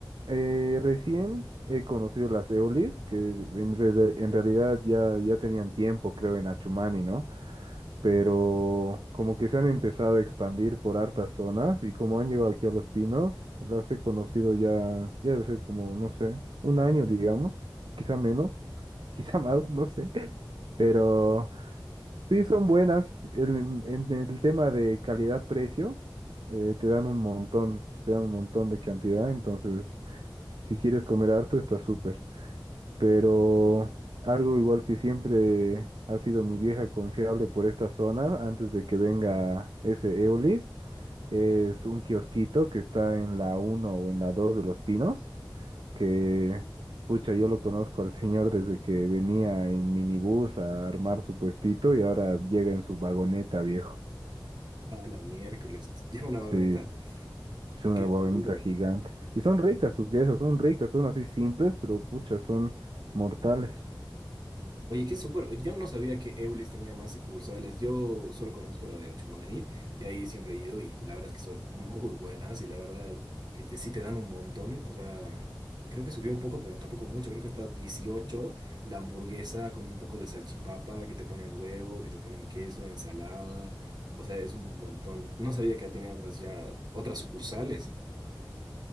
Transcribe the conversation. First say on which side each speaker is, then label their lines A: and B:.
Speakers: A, on the right (about 75°); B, on the right (about 55°).
A: eh, recién he conocido las eolis, que en, reali- en realidad ya, ya tenían tiempo, creo, en Achumani, ¿no? pero como que se han empezado a expandir por hartas zonas y como han llegado aquí a Los Pinos, las he conocido ya, ya debe ser como, no sé, un año, digamos, quizá menos, <laughs> quizá más, no sé, <laughs> pero sí son buenas. En, en el tema de calidad-precio, eh, te dan un montón, te dan un montón de cantidad, entonces si quieres comer harto está súper pero algo igual que siempre ha sido mi vieja confiable por esta zona, antes de que venga ese Eolis, es un kiosquito que está en la uno o en la 2 de Los Pinos, que, pucha, yo lo conozco al señor desde que venía en minibús a armar su puestito y ahora llega en su vagoneta, viejo.
B: Ah, la miércoles, <laughs> lleva una vagoneta,
A: Sí, es una
B: qué
A: vagoneta
B: duro.
A: gigante. Y son ricas sus guesas, son ricas, son así simples, pero pucha, son mortales.
B: Oye, qué súper. Yo no sabía que Eulis tenía más sucursales. Yo solo conozco la de Achumani y ahí siempre he ido y la verdad es que son muy buenas y la verdad que te, sí te dan un montón. O sea, creo que subió un poco, pero tampoco mucho. Creo que está 18 la hamburguesa con un poco de salchipapa, que te ponen huevo, que te ponen queso, ensalada. O sea, es un montón. No sabía que tenía otras ya, otras sucursales.